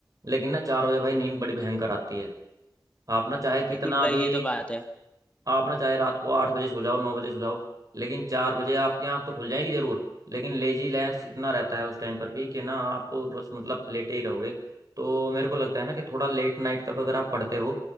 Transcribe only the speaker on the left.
बिल्कुल भाई
ये तो बात है